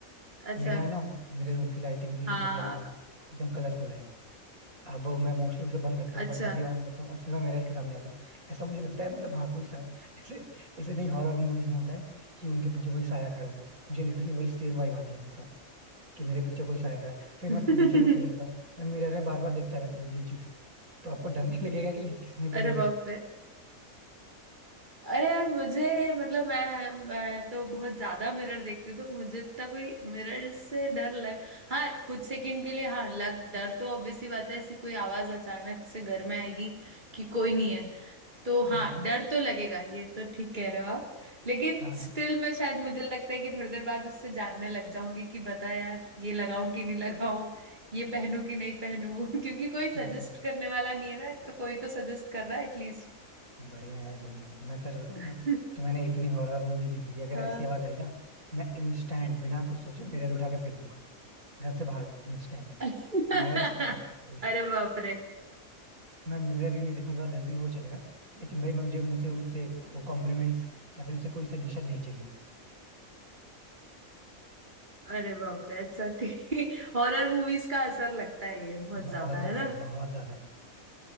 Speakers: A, on the right (about 35°); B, on the right (about 80°).
A: अच्छा
B: मेरे यहाँ ना मेरे रूम की लाइटिंग भी
A: हाँ
B: मतलब वो है, एकदम कलरफुल है अब मैं मोस्टली उसे बंद रखता
A: अच्छा
B: हूँ बट जब भी ऑन करता हूँ और फिर मैं मिरर के सामने आता हूँ ऐसा मुझे लगता है मतलब हाँ कोई साया <laughs> ऐसे ऐसे नहीं हॉरर मूवीज में होता है कि उनके पीछे कोई साया खड़ा होता है मुझे लिटरली वही सेम वाइब आती है अपने साथ कि मेरे पीछे कोई साया खड़ा है फिर
A: <laughs>
B: मैं पीछे मुड़ के देखता हूँ मैं मिरर में बार बार देखता रहता हूँ यही चीज तो आपको डर नहीं लगेगा कि किसने बोला
A: अरे
B: ये
A: बाप रे अरे यार मुझे मतलब मैं मैं तो बहुत ज्यादा मिरर देखती हूँ तो मुझे इतना कोई मिरर से डर लग हाँ कुछ सेकंड के लिए हाँ लग डर तो ऑब्वियसली बात है ऐसी कोई आवाज अचानक से घर में आएगी कि कोई नहीं है तो
B: हम्म,
A: हाँ डर तो लगेगा ये तो ठीक कह रहे हो आप लेकिन
B: हाँ
A: स्टिल मैं शायद मुझे लगता है कि थोड़ी देर बाद उससे जानने लग जाऊंगी कि बता यार ये लगाऊं कि नहीं लगाऊं ये पहनूं कि नहीं पहनूं <laughs> क्योंकि कोई सजेस्ट
B: हम्म,
A: करने वाला नहीं है ना तो कोई तो सजेस्ट कर रहा है एटलीस्ट
B: बढ़िया है यार बढ़िया है मैं सच बताऊँ
A: <laughs>
B: ना तो मैंने इतनी हॉरर मूवीज देख ली अगर
A: हाँ
B: ऐसी आवाज आई ना मैं इंस्टेंट बिना कुछ सोचे मिरर उठा के फेंक दूंगा घर से बाहर इंस्टेंट
A: <laughs>
B: मैं रिस्क नहीं ले सकता
A: अरे बाप रे
B: मैं मिरर ही नहीं देखूंगा दस दिन वो चलेगा लेकिन भाई मैं मुझे मुझे उससे वो कॉम्प्लीमेंट्स या फिर उससे कोई सजेशन नहीं चाहिए
A: अरे बाप रे अच्छा ठीक हॉरर मूवीज <laughs> का असर लगता है ये बहुत
B: बहुत
A: ज्यादा
B: ज्यादा
A: है ना
B: बहुत ज्यादा